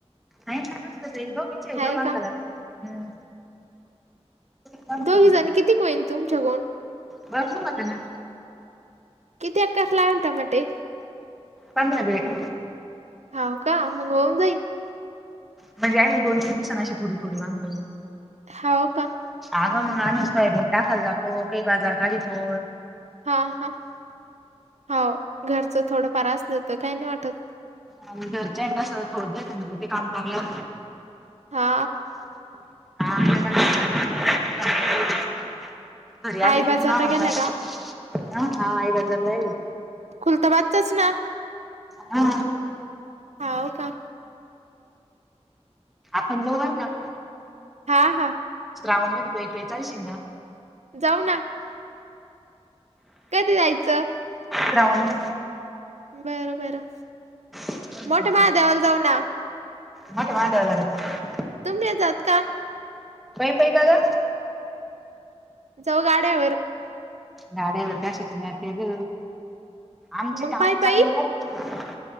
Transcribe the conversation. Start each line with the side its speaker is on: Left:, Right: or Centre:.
Centre: नत गो विचय
Right: हाय
Centre: गो बंगला
Right: का
Centre: हम्म भरपूर
Right: दोघी जण किती कोईन तुमच्या कोण.
Centre: बसू होत ना.
Right: किती अकास लावेल टमाटे.
Centre: पधंरा बेड.
Right: हाव का मग होऊन जाई.
Centre: म्हणजे आहे मी दोन तीन दिवसांनाशी थोडी थोडी वांध.
Right: हो का
Centre: अगं मग अनेश फयबीन टाकाल जातो काही बाजार काढतो.
Right: हा हा हो घरच थोडं फार असलं तर काही नाही वाटत.
Centre: आणि घरच्या कस थोड्यालं ते काम चांगला
Right: हा
Centre: <inaudible> ना <unintelligible> घरी आले
Right: आई
Centre: कु
Right: बाजारला
Centre: ना म्हगणार
Right: गेला का
Centre: हा आई बाजारला आली.
Right: खुलतबाजतच ना?
Centre: हा
Right: हा का
Centre: आपण लोवरल का
Right: हा हां
Centre: श्रावण मध्ये पाई पाई चालशील ना?
Right: जाऊ ना. कधी जायचं?
Centre: श्रावण.
Right: बरं बरं
Centre: मध्ये
Right: मोठ्या महादेवाला जाऊ ना?
Centre: मोठ्या महादेवाला ना.
Right: तुम्ही जात का.
Centre: पायी पायी का ग.
Right: जाऊ गाड्यावर.
Centre: गाड्यावर कशीच नते ग आमची
Right: मग
Centre: काम
Right: पायी पायी
Centre: चालू राहील.